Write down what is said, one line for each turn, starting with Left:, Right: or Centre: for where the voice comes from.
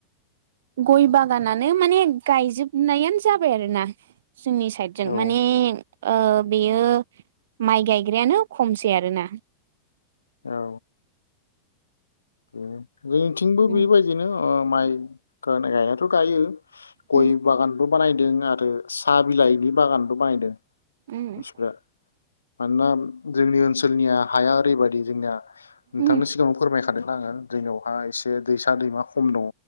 Right: गइ बागानानो माने गायजोबनायानो जाबाय आरोना जोंनि साइडजों
Left: औ
Right: माने ओ बेयो माइ गायग्रायानो खमसै आरोना ।
Left: औ बेनो जोंनिथिंबो
Right: उम
Left: बेबायदिनो ओ माइ गाय गायनायाथ गायो
Right: उम
Left: गय बागानथ बानायदों आरो साहा बिलाइनि बागानबो बानायदों
Right: उम
Left: मानसिफ्रा मानोना जोंनि ओनसोलनिया हाया ओरैबायदि जोंनिया नोंथांनो
Right: उम
Left: सिगाङाव फोरमायखादों आङो जोंनियावहाय एसे दैसा दैमा खम दङ